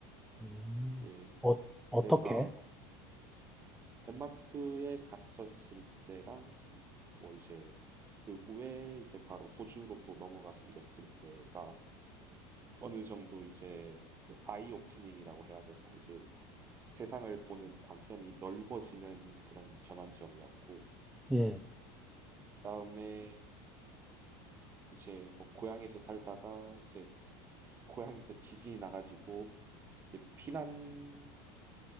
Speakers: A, in the centre; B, on the right.
A: 음,
B: 이게
A: 어, 어떻게?
B: 내가 덴마크에 갔었을 때랑 뭐 이제 그 후에 이제 바로 호주로 또 넘어가서 일했을 때가 어느 정도 이제 그 아이 오프닝이라고 해야 되나? 이제 세상을 보는 관점이 넓어지는 그런 전환점이었고,
A: 음,
B: 그다음에 이제 뭐 고향에서 살다가 이제 고향에서 지진이 나가지고 이제 피난